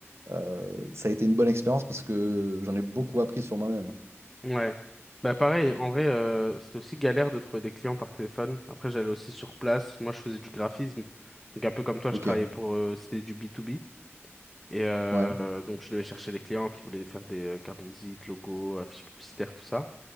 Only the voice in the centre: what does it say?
Ouais. Bah, pareil, en vrai, euh, c'était aussi galère de trouver des clients par téléphone. Après, j'allais aussi sur place. Moi, je faisais du graphisme. Donc, un peu comme toi,
je travaillais pour. euh, c'était du B2B. Et euh,
donc, je devais chercher les clients qui voulaient faire des euh, cartes de visite, logos, affiches publicitaires, tout ça.